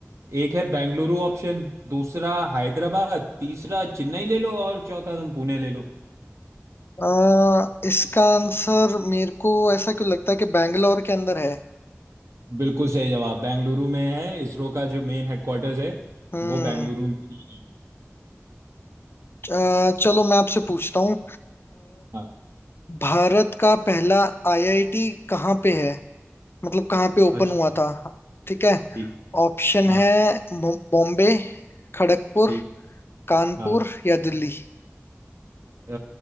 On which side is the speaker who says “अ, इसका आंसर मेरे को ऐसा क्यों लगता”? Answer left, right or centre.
Left